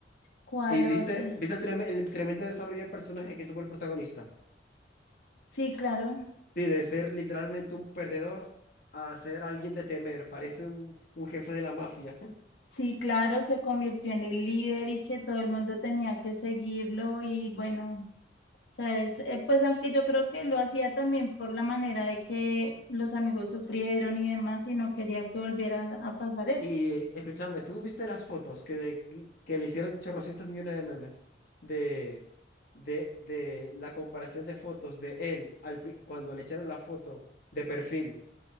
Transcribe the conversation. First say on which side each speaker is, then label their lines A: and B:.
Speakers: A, on the left; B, on the left.
A: cuál
B: ¿Y viste,
A: otra?
B: viste trem- el tremendo desarrollo de personaje que tuvo el protagonista?
A: Sí, claro.
B: Sí, de ser literalmente un perdedor a ser alguien de temer, parece un, un jefe de la mafia. <laughs>
A: Sí, claro, se convirtió en el líder y que todo el mundo tenía que seguirlo y bueno, sabes, Eh, pues aunque yo creo que lo hacía también por la manera de que los amigos sufrieron y demás y no quería que volviera a pasar eso.
B: Y escúchame, ¿tú viste las fotos que, de, que le hicieron chorrocientos millones de memes de, de, de la comparación de fotos de él al, pri- cuando le echaron la foto de perfil?